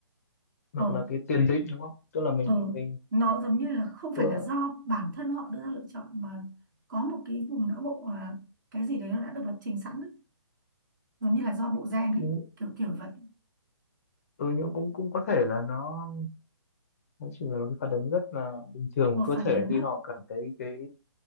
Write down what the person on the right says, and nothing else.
ờ
ờ
nó giống như là không phải
là do bản thân họ đưa ra lựa chọn mà có một cái vùng não bộ là cái gì đấy nó đã được lập trình sẵn ấy. giống như là do bộ gen
ấy kiểu kiểu vậy
một
phản
ứng
á